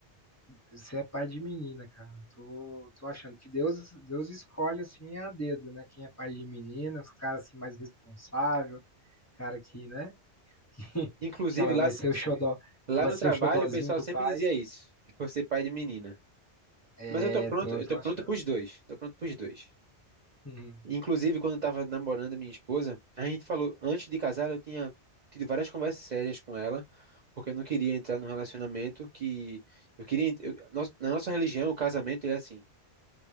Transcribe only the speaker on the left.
Você é pai de menina, cara. Tô, tô achando que Deus, Deus escolhe assim a dedo, né? Quem é pai de menina, os caras assim mais responsável, cara que, né? <laughs>
Que ela
vai ser o xodó,
que vai
ser
o xodózinho
do
pai.
É,
tô,
tô
achando.
Uhum,